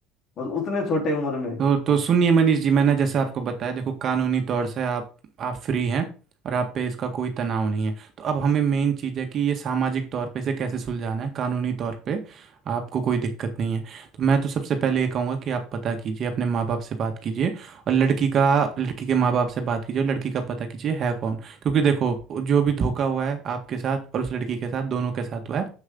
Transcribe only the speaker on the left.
और उतने छोटे उम्र में